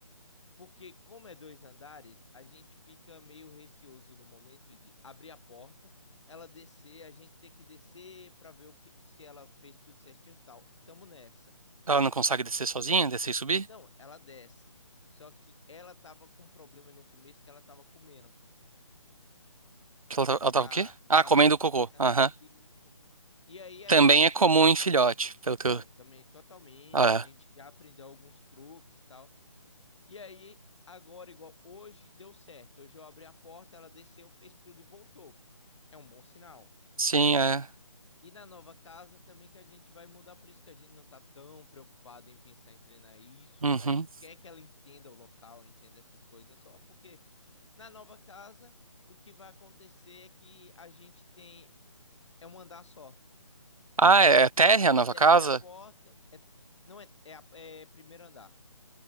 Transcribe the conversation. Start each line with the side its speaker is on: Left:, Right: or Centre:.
Left: porque, como é dois andares, a gente fica meio receoso no momento de abrir a porta, ela descer, a gente ter que descer para ver o que, se ela fez tudo certinho e tal. Tamo nessa.
Right: Ela não consegue descer sozinha, descer e subir?
Left: Não, ela desce. Só que ela tava com um problema no começo que ela tava comendo.
Right: Que Ela, tá- ela tava
Left: Ah,
Right: o quê? Ah,
Left: ela
Right: comendo
Left: tava comendo.
Right: o cocô. Aham.
Left: E, e aí a
Right: Também
Left: gente.
Right: é comum em filhote, pelo que
Left: Não,
Right: eu.
Left: também totalmente.
Right: Ah,
Left: A
Right: é.
Left: gente já aprendeu alguns truques e tal. E aí, agora, igual hoje, deu certo. Hoje eu abri a porta, ela desceu, fez tudo e voltou. É um bom sinal.
Right: sim, é.
Left: E na nova casa também que a gente vai mudar, por isso que a gente não tá tão preocupado em pensar em treinar isso.
Right: Uhum.
Left: A gente quer que ela entenda o local, entenda essas coisas só, porque na nova casa o que vai acontecer é que a gente tem é um andar só,
Right: Ah,
Left: é plantão.
Right: é térrea a nova
Left: Você abre
Right: casa?
Left: a porta, é, não é, é, a- é primeiro andar,